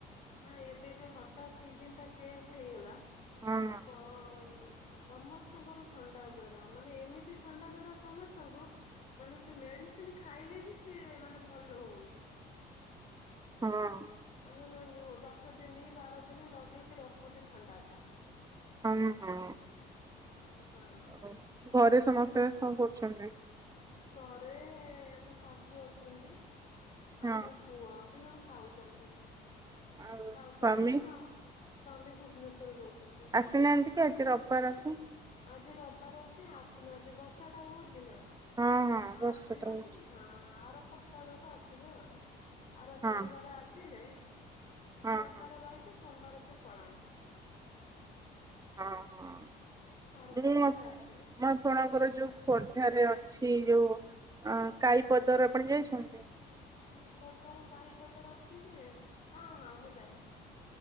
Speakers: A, on the left; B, on the right.
A: ହଁ ଏବେ ଯୋଉ ହଠାତ ସିଜନ ଟା ଚେଞ୍ଚ୍ ହେଇଗଲା
B: ହଁ
A: <unintelligible> ସମସ୍ତଙ୍କର ଥଣ୍ଡା ଜର ମାନେ ଏମିତି ଥଣ୍ଡା ଜର ସମସ୍ତଙ୍କୁ ମାନେ ସିଏ ମେଡିସିନି ଖାଇଲେ ବି ସିଏ ମାନେ ଭଲ ହଉନି।
B: ହଁ।
A: ମାନେ <unintelligible> ଦଶ ଦିନି ବାର ଦିନି ଲଗେଇକି ରଖୁଚି ଥଣ୍ଡା ଟା।
B: <unintelligible>
A: ହଁ।
B: ଆଉ ଘରେ ସମସ୍ତେ କଣ କରୁଚନ୍ତି?
A: ଘରେ ମୋ ଶାଶୁ ଅଛନ୍ତି
B: ହଁ
A: ଆଉ ମୋ ପୁଅ ଦି ଜଣ ଖାଉଚନ୍ତି
B: ଆଉ
A: ଖାଉଚନ୍ତି
B: ସ୍ଵାମୀ
A: ଆଉ। ସ୍ଵାମୀ ଭୁବନେଶ୍ଵରରେ ରଉଚନ୍ତି।
B: ଆସିନାହାନ୍ତି କେଇ ଆଜି ରବିବାର ଅଛି।
A: ଆଜି ରବିବାର ଅଛି ଆସିନାହାନ୍ତି ବର୍ଷା ଟା ହଉଚି ନା
B: ହଁ ହଁ ବର୍ଷା
A: ଆସିନାହାନ୍ତି।
B: ତ ହଉଛି
A: ହଁ ଆର ସପ୍ତାହ ବେଳୁକୁ ଆସିବେ ଆଉ ଆର
B: ହଁ
A: ଶନିବାର ଆସିଲେ ଆ
B: ହଁ
A: ରବିବାର
B: ହଁ
A: ରଇକି ସୋମବାର ସେ ପଳାନ୍ତି।
B: ହଁ ହଁ
A: ଆର
B: ମୁଁ
A: ସପ୍ତାହରେ
B: ମ
A: ଆସିବେ
B: ଆପଣଙ୍କର ଯୋଉ ଖୋର୍ଦ୍ଧାରେ ଅଛି ଯୋଉ ଆଁ କାଈ ପଦର ଆପଣ ଯାଇଛନ୍ତି।
A: ହୁଁ ଖୋର୍ଦ୍ଧାର କାଇ ପଦର ଅଛି ଯେ ହଁ ହଁ ମୁଁ ଯାଇଛି।